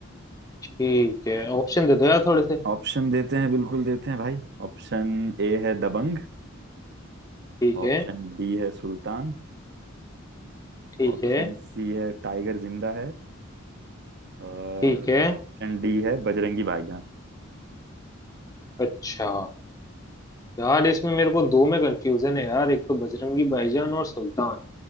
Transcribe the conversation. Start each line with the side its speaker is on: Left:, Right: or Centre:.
Left: ठीक है ऑप्शन दे दो यार थोड़े से
Right: ऑप्शन देते हैं बिल्कुल देते हैं भाई ऑप्शन ए है दबंग
Left: ठीक है
Right: ऑप्शन बी है सुल्तान
Left: ठीक
Right: ऑप्शन
Left: है
Right: सी है टाइगर जिंदा है और
Left: ठीक है
Right: ऑप्शन डी है बजरंगी भाईजान
Left: अच्छा यार इसमें मेरे को दो में कंफ्यूजन है यार एक तो बजरंगी भाईजान और सुल्तान